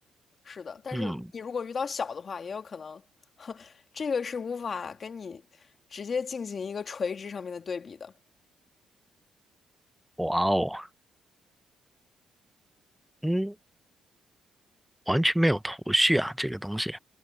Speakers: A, on the left; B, in the centre.
A: 是的，但是你如果遇到小的话，
B: 嗯，
A: 也有可能，<laughs> 这个是无法跟你直接进行一个垂直上面的对比的。
B: 哇哦，嗯，完全没有头绪啊，这个东西。